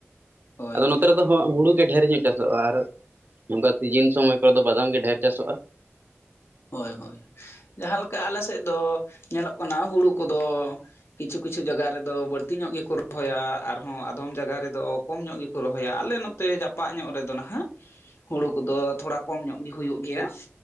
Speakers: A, on the left; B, on the right.
A: ᱦᱳᱭ
B: ᱟᱫᱚ ᱱᱚᱛᱮ ᱨᱮᱫᱚ ᱦᱟᱸᱜ ᱦᱩᱲᱩᱼᱼ ᱜᱮ ᱰᱷᱮᱨ ᱧᱚᱜ ᱪᱟᱥᱚᱜᱼᱟ ᱟᱨ, ᱱᱚᱝᱠᱟ ᱥᱤᱡᱤᱱ ᱥᱚᱢᱚᱭ ᱠᱚᱨᱮ ᱫᱚ ᱵᱟᱫᱟᱢ ᱜᱮ ᱰᱷᱮᱨ ᱪᱟᱥᱚᱜᱼᱟ ᱾
A: ᱦᱚᱭ ᱦᱚᱭ ᱡᱟᱸᱦᱟᱸ ᱞᱮᱠᱟ ᱟᱞᱮ ᱥᱮᱫ ᱫᱚ ᱧᱮᱞᱚᱜ ᱠᱟᱱᱟ ᱦᱩᱲᱩ ᱠᱚᱫᱚ, ᱠᱤᱪᱷᱩ ᱠᱤᱪᱷᱩ ᱡᱟᱜᱟ ᱨᱮᱫᱚ ᱵᱟᱹᱲᱛᱤ ᱧᱚᱜ ᱜᱮᱠᱚ ᱨᱚᱦᱚᱭᱟ, ᱟᱨᱦᱚᱸ ᱟᱫᱷᱚᱢ ᱡᱟᱜᱟ ᱨᱮᱫᱚ ᱠᱚᱢ ᱧᱚᱜ ᱜᱮᱠᱚ ᱨᱚᱦᱚᱭᱟ ᱟᱞᱮ ᱱᱚᱛ ᱛᱮ ᱡᱟᱯᱟᱜ ᱧᱚᱜ ᱨᱮᱫᱚ ᱦᱟᱜ
B: <inaudible>
A: ᱦᱩᱲᱩ ᱠᱚᱫᱚ ᱛᱷᱚᱲᱟ ᱠᱚᱢ ᱧᱚᱜ ᱜᱮ ᱦᱩᱭᱩᱜ ᱜᱮᱭᱟ᱾